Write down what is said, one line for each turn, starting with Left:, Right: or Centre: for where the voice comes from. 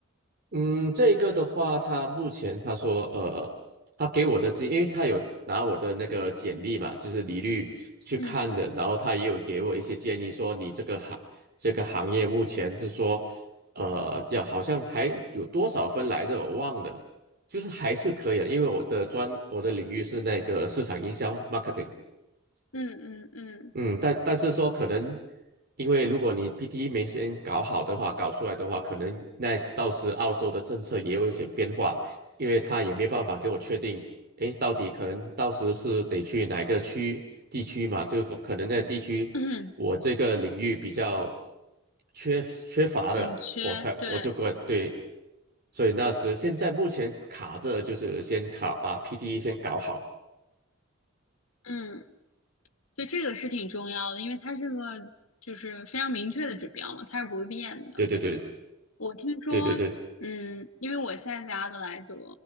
Right: 嗯，这个的话，他目前他说，呃，他给我的这，因为他有拿我的那个简历嘛，就是履历去看的，
Left: 嗯嗯
Right: 然后他也有给我一些建议，说你这个行这个行业目前是说，呃，要好像还有多少分来着，我忘了，就是还是可以的，因为我的专我的领域是那个市场营销 marketing。
Left: 嗯嗯
Right: 嗯，但但是说可能，因为如果你 PTE 没先搞好的话，搞出来的话，可能那时到时澳洲的政策也有一些变化，因为他也没办法给我确定，诶，到底可能到时是得去哪个区地区嘛？就可可能那个地区我这个领域比较
Left: 嗯，
Right: 缺缺乏的，
Left: <clears throat> 紧缺，
Right: 我才我就过对，
Left: 对，
Right: 所以那时现在目前卡着就是先卡把 PTE 先搞好，
Left: 嗯，对，这个是挺重要的，因为它是个就是非常明确的指标嘛，它是不会变的。
Right: 对对对
Left: 我听说，
Right: 对对对，
Left: 嗯，因为我现在在阿德莱德，